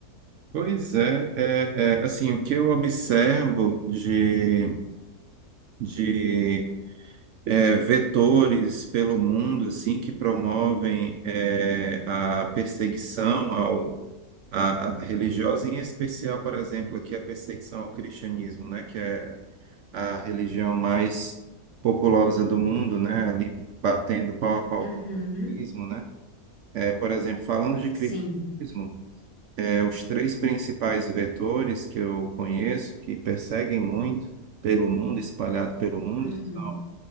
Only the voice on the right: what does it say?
Pois é, é, é, assim, o que eu observo de, de é, vetores pelo mundo, assim, que promovem é, a perseguição ao, à, à religiosa, em especial, por exemplo, aqui a perseguição ao cristianismo, né, que é a religião mais populosa do mundo, né, ali batendo pau a pau
com o cristianismo, né, é, por exemplo, falando de cristianismo,
É, os três principais vetores que eu conheço, que perseguem muito pelo mundo, espalhado pelo mundo,
são